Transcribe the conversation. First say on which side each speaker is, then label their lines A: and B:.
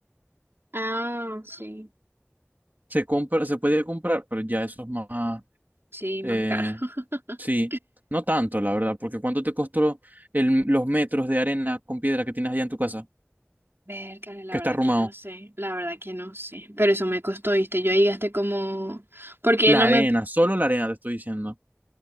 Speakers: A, on the right; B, on the right.
A: Ah, sí.
B: se compra, se puede comprar, pero ya eso es más,
A: Sí,
B: eh,
A: más caro. <laughs>
B: sí, no tanto, la verdad, porque ¿cuánto te costó el, los metros de arena con piedra que tienes allá en tu casa,
A: Vértale, la
B: que
A: verdad
B: está arrumado?
A: que no sé, la verdad que no sé. Pero eso me costó, ¿viste? Yo ahí gasté como... Porque
B: La
A: él no
B: arena,
A: me... p-
B: solo la arena te estoy diciendo.